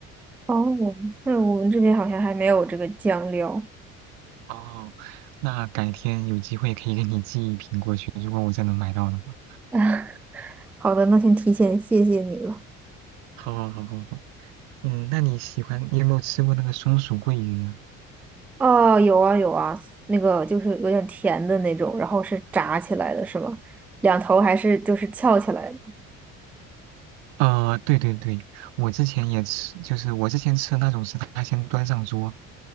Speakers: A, in the centre; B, on the right.
A: 哦，那我们这边好像还没有这个酱料。
B: 哦，那改天有机会可以给你寄一瓶过去，如果我真能买到的话。
A: <laughs> 好的，那先提前谢谢你了。
B: 好好好好好，嗯，那你喜欢，你有没有吃过那个松鼠桂鱼呀？
A: 哦，有啊有啊，那个就是有点甜的那种，然后是炸起来的，是吗？两头还是就是翘起来的？
B: 呃，对对对，我之前也吃，就是我之前吃那种是他先端上桌，